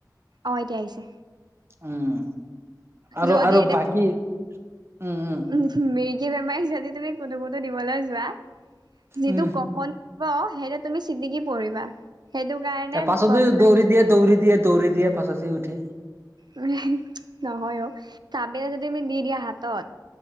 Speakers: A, on the right; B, on the right.
A: অ' এতিয়া আহিছে।
B: উম, আৰু
A: যদি
B: আৰু বাকী উম উম
A: উ মিৰ্গী বেমাৰীক যদি তুমি কুতো কুটো দিবলৈ যোৱা। যিটো
B: উম
A: কপনি দিব, সেইটো তুমি চিটিকি পৰিবা, সেইটো কাৰণে
B: পাছতো
A: গছ
B: দৌৰি দিয় দৌৰি দিয়ে, দৌৰি দিয়ে পাছি উঠি।
A: উ নহয় অ', কাপে যদি তুমি দি দিয়া হাতত,